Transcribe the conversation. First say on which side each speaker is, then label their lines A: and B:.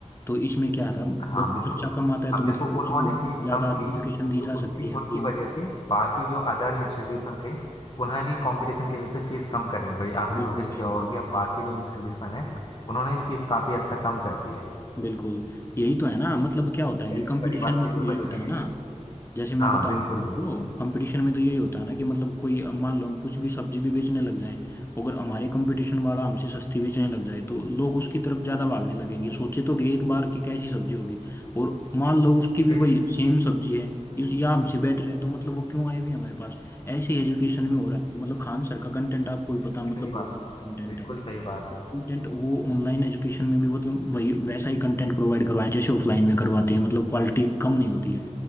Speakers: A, on the left (about 20°); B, on the left (about 40°).
A: तो इसमें क्या था
B: हाँ
A: बट
B: बिल्कुल
A: खर्चा कम आता है
B: अब
A: तो मतलब
B: देखो
A: बच्चों
B: उन्होंने
A: को
B: फीस
A: ज्यादा
B: कम की
A: एजुकेशन दी
B: तो
A: जा
B: उसकी
A: सकती है
B: उनकी
A: फ्री
B: वजह
A: में
B: से बाकी जो अदर इंस्टीट्यूशन थे उन्हें भी कंपटीशन की वजह से फीस कम करनी पड़ी आपने
A: बिल्कुल
B: नोटिस किया
A: बिल्कुल
B: होगा कि अब बाकी जो इंस्टीट्यूशन है उन्होंने भी फीस काफी हद तक कम कर दी है
A: बिल्कुल यही तो है ना मतलब क्या होता है कि
B: गरीब
A: कंपटीशन
B: परिवार
A: में
B: के
A: तो
B: जो
A: यही
B: बच्चे
A: होता है
B: हैं
A: ना जैसे मैं
B: हाँ
A: बता
B: बिल्कुल
A: रहा हूँ
B: बिल्कुल
A: तो कंपटीशन में तो यही होता है ना कि मतलब कोई अब मान लो हम कुछ भी सब्जी भी बेचने लग जाए अगर हमारे कंपटीशन वाला हमसे सस्ती बेचने लग जाए तो लोग उसकी तरफ ज्यादा भागने लगेंगे सोचे तो गए एक बार कि कैसी सब्जी होगी और मान लो उसकी भी
B: बिल्कुल
A: वही सेम सब्जी है इस या हमसे बेटर है तो मतलब वो क्यों आए हुए हैं हमारे पास ऐसे एजुकेशन में हो रहा है कि मतलब खान सर का कंटेंट आपको भी
B: बिल्कुल
A: पता मतलब
B: सही
A: बहुत
B: बात
A: अच्छा कंटेंट
B: बिल्कुल
A: है
B: सही बात है
A: कंटेंट वो ऑनलाइन एजुकेशन में भी मतलब वही वैसा ही कंटेंट प्रोवाइड करवाएं जैसे ऑफलाइन में करवाते हैं मतलब क्वालिटी कम नहीं होती है